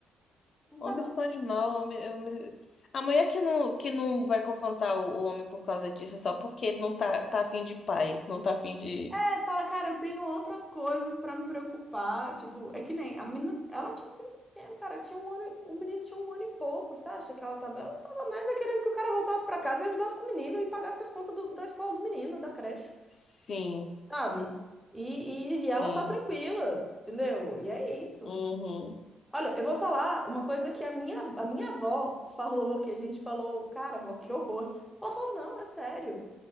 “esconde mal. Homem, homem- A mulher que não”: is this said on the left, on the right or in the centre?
Left